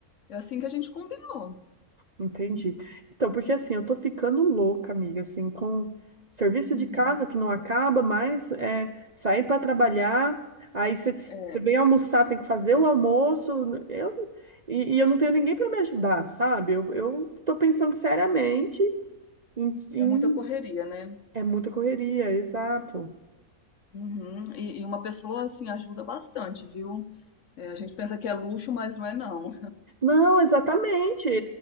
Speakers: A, on the left (about 60°); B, on the right (about 35°).
A: É assim que a gente combinou.
B: Entendi.
A: né?
B: Então, porque assim, eu tô ficando louca, amiga, assim, com serviço
A: Uhum.
B: de casa que não acaba, mas é, sair para trabalhar, aí você
A: É,
B: vem almoçar, tem que fazer o almoço, eu, e, e eu não tenho ninguém para me ajudar, sabe? Eu, eu tô pensando seriamente em, em-
A: é muita correria, né?
B: É muita correria, exato.
A: Uhum, E, e uma pessoa assim ajuda bastante, viu? É, a gente pensa que é luxo, mas não é não.
B: Não, exatamente. é-